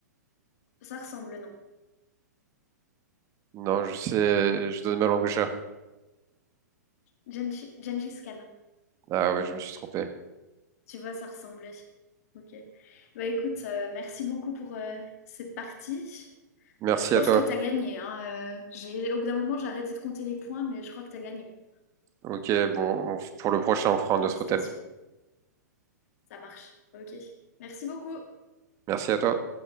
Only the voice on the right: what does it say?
non, je sais, je donne ma langue au chat.
Ah ouais, je me suis trompé.
Merci
à toi.
Ok, bon, on- pour le prochain, on fera un
autre thème.
Merci à toi.